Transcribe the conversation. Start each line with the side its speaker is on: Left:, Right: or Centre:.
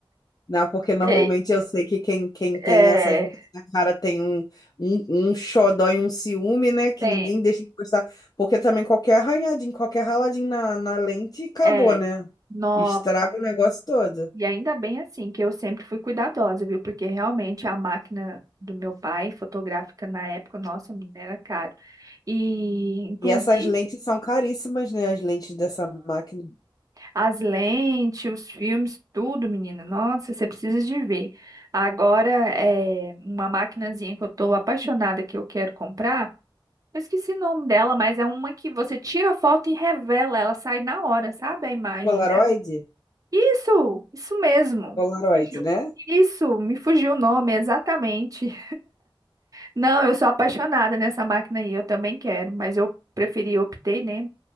Left: Não, porque normalmente
Right: E-
Left: eu sei que quem, quem
Right: É,
Left: tem essas marcas na cara tem um, um, um xodó e um ciúme, né? Que
Right: tem,
Left: ninguém deixa de postar. Porque também qualquer arranhadinho, qualquer raladinho na, na lente, acabou,
Right: é.
Left: né?
Right: Nossa.
Left: Estraga o negócio todo.
Right: E ainda bem, assim, que eu sempre fui cuidadosa, viu? Porque realmente a máquina do meu pai, fotográfica na época, nossa, menina, era caro. E, inclusive.
Left: E essas lentes são caríssimas, né? As lentes dessa máquina.
Right: As lentes, os filmes, tudo, menina. Nossa, você precisa de ver. Agora, é uma maquinazinha que eu tô apaixonada que eu quero comprar. Eu esqueci o nome dela, mas é uma que você tira a foto e revela, ela sai na hora, sabe? A imagem
Left: Polaroid?
Right: dela. Isso, isso mesmo.
Left: Polaroid,
Right: Fugiu.
Left: né?
Right: Isso, me fugiu o nome, exatamente. Não, eu sou apaixonada nessa máquina aí, eu também quero, mas eu preferi, optei, né?